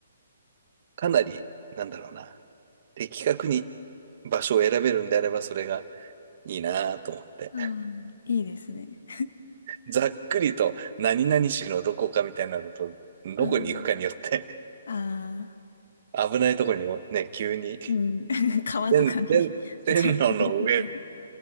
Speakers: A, on the right; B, on the left.
A: かなり、なんだろうな、的確に場所を選べるんであれば、それがいいなと思って。
B: ああ、いいですね。
A: <laughs> ざっくりと、何々市のどこかみたいなのと、どこに行くかによって、
B: ああ、ああ、
A: 危ないとこにね、急に、
B: うん。<laughs> 川とかに、
A: 線、線、
B: <laughs> ぽちゃって入れみたい。
A: 線路の上